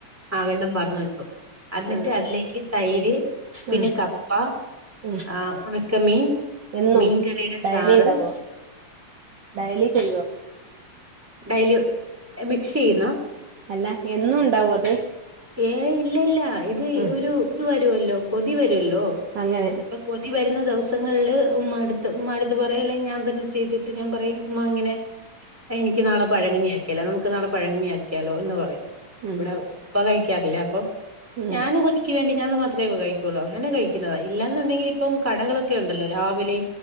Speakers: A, in the centre; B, on the right.
A: ആ വെള്ളം വാർന്നു വെക്കും അന്നിട്ട്
B: ആഹ്
A: അതിലേക്ക് തൈര് പിന്നെ
B: ആഹ്
A: കപ്പ
B: ഉം
A: ആ ഉണക്ക മീൻ
B: എന്നും
A: മീൻകറിയുടെ
B: ഡയലി
A: ചാറ്
B: ഇണ്ടാവോ ഡയലി ചെയ്യുവോ
A: ഡയല് മിക് സെയ്യുന്ന
B: അല്ല എന്നും ഉണ്ടാവോ അത്
A: ഏ ഇല്ല ഇല്ല ഇത്
B: ആഹ്
A: ഒരുഇത് വരുല്ലോ കൊതി വരുല്ലോ
B: അങ്ങനെ
A: കൊതി വരുന്ന ദിവസങ്ങളില് ഉമ്മാട്ത്ത് ഉമ്മാട്ത്ത് പറയും അല്ലെങ്കിൽ ഞാൻ തന്നെ ചെയ്തിട്ട് ഞാൻ പറയും ഉമ്മാ ഇങ്ങനെ എനിക്ക് നാളെ പഴങ്കഞ്ഞി ആക്കിയാലോ നമുക്ക് നാളെ പഴങ്കഞ്ഞി ആക്കിയാലോ ഒന്ന് പറയ്
B: ഉം
A: ഇവിടെ ഉപ്പ കഴിക്കാറില്ലേ അപ്പൊ
B: ഉം
A: ഞാന് കൊതിക്ക് വേണ്ടി ഞാൻ അത്ര കഴിക്കുള്ളൂ അങ്ങനെ കഴിക്കുന്നത ഇല്ലാന്ന് ഉണ്ടെങ്കിൽ ഇപ്പം കടകളക്കെ കെ ഉണ്ടല്ലോ രാവിലെ